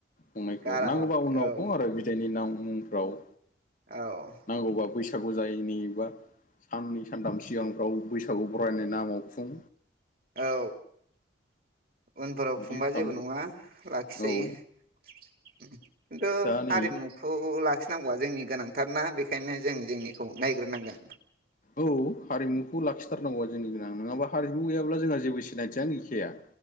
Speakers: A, on the left; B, on the right.
A: खुंनायखौ
B: गाराबाबो
A: नांगौ बा उनाव
B: औ
A: खुं आरो बिदायनि मुंफ्राव
B: औ
A: नांगौबा बैसागु जायि नि बा साननै सानथाम सिगांफ्राव बैसागु बरायनाय नामाव खुं
B: औ उनफोराव
A: बिदि
B: खुंबा
A: खालामनो
B: जेबो नंङा लाखिजायो
A: औ दा नै
B: हारिमुखौ लाखि नांगौआ जोंनि गोनांथारना बेखायनो जों जोंनिखौ नायग्रोनांगोन
A: औ हारिमुखौ लाखिथारनांगौआ जोंनि गोनां नङाबा हारिमु गैयाब्ला जोंहा जेबो सिनायथियानो गैखाया